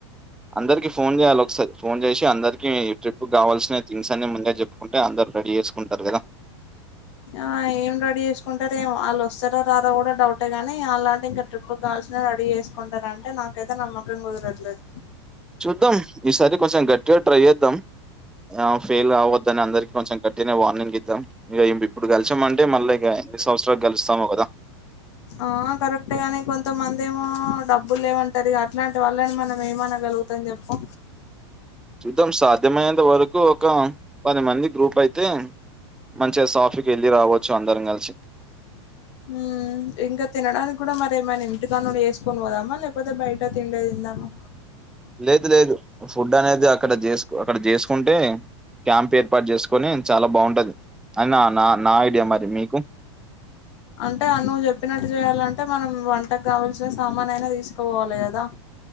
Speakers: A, in the centre; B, on the left.
A: అందరికి ఫోన్ చేయాలి ఒకసారి ఫోన్ చేసి అందరికి ఈ ట్రిప్ కావాల్సిన థింగ్స్ అన్ని ముందే చెప్పుకుంటే అందరు రెడీ చేసుకుంటారు కదా
B: ఆ ఏం రెడీ చేసుకుంటారో ఏమో వాళ్ళు వస్తారో రారో కూడా డౌటే గాని అలాంటి ఇంకా ట్రిప్కి కాల్సిన రెడీ చేసుకుంటారంటే నాకైతే నమ్మకం కుదరట్లేదు
A: చూద్దాం ఈసారి కొంచెం గట్టిగా ట్రై చేద్దాం ఆ ఫెయిల్ అవద్దని అందరికి కొంచెం గట్టినే వార్నింగ్ ఇద్దాం ఇక ఇప్పుడు కలిసామంటే మళ్ళీ ఇక ఎన్ని సంవత్సరాలకు కలుస్తామో కదా
B: ఆ కరెక్ట్ గాని కొంతమంది ఏమో డబ్బులు లేమంటారు అట్లాంటి వాళ్ళని మనం ఏమనగలుగు తం చెప్పు
A: చూద్దాం సాధ్యమైనంత వరకు ఒక పది మంది గ్రూప్ అయితే మంచిగా సాఫీకి వెళ్ళి రావచ్చు అందరం కలిసి
B: ఉమ్ ఇంక తినడానికి కూడా మరేమైనా ఇంటికా నుండి చేసుకొని పోదామా లేకపోతే బయట తిండే తిందామా
A: లేదు లేదు ఫుడ్ అనేది అక్కడ చేసు అక్కడ చేసుకుంటే క్యాంప్ ఏర్పాటు చేసుకొని చాలా బాగుంటది అని నా నా ఐడియా మరి మీకు
B: అంటే నువ్వు చెప్పినట్టు చేయాలంటే మనం వంటకు కావాల్సిన సామాన్ అయినా తీసుకోపోవాలి కదా